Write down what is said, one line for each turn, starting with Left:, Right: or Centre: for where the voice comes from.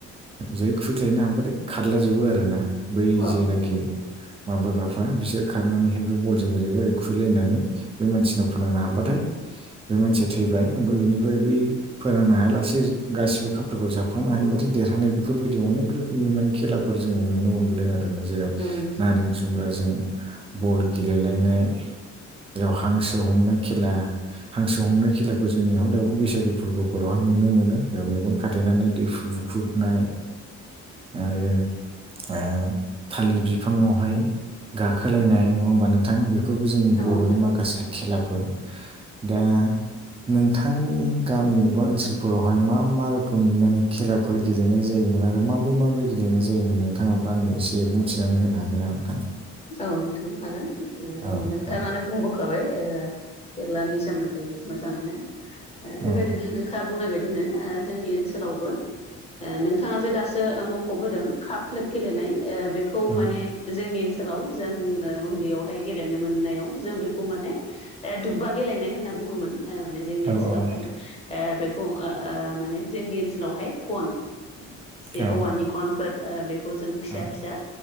Right: जै खुबैख्लायनो हाबाथाय खारलाजोबो आरोना बै
Left: औ
Right: जेनाखि
Left: नोंथां
Right: माबाग्राफ्रा बिसोर खारनानैहाय बे बलजों ओरैबा ओरै खुबैलायनानै बे मानसिनाव फोनांनो हाब्लाथाय बे मानसिया थैबाय ओमफ्राय बिनिफ्राय बै फोरोंनो हायालासे गासिबो खाफोरखौ जाबखांनो हायोबाथाय देरहानाय बेफोरबायदि अनेक रो खोमनि माने खेलाफोर जोंङो नुनो मोनबोदों आरो ना जेराव
Left: औ नोंथां
Right: नारें जुमब्राजों बल गेलेलायनाय जेराव हांसो हमनाय खेला हांसो हमनाय खेलाखौ जोंनियाव दाबो बैसागु फोरबोफोरावहाय नुनो मोनो जे मेगन खाथेनानै दैहु बुग्रुबनाय आरो ओ थालिर बिफाङावहाय गाखोलायनाय नङा होमबा नोंथां बे बे फोरबो जोंनि
Left: औ
Right: बर'नि
Left: नोंथां औ
Right: माखासे खेलाफोर दा नोंथांनि गामि एबा ओनसोलफोरावहाय मा मा रोखोमनि माने खेला फोर गेलेनाय जायोमोन आरो माबोरै माबोरै गेलेनाय जायोमोन नोंथाङाबो आंनो एसे बुंथिनानै होनो हागोन ना‌ नोंथां
Left: औ नोंथां हागोन
Right: औ
Left: नोंथाङानो
Right: औ
Left: बुंबो खाबाय खेलानि सोमोन्दै मोजाङैनो बेबायदिनो
Right: औ
Left: नोंथां दा बुंनाय बायदिनो जोंनि ओनसोलावबो ओ नोंथाङा जे दासो मख'बोदों काप-प्लेट गेलेनाय ओ बे खौ
Right: औ
Left: माने जोंनि ओनसोलाव जों ओ उन्दैयावहाय गेलेनो मोननायाव जों बे खौ माने ओ दुब्बा गेलेनाय होनना बुङोमोन ओ माने जोंनि
Right: औ
Left: ओनसोलावहाय
Right: नोंथां
Left: ओ बेखौ ओ माने जोंनि ओनसोलावहाय गन जे
Right: औ
Left: औवानि गनफोर ओ बे खौ जों फिसा-फिसा
Right: औ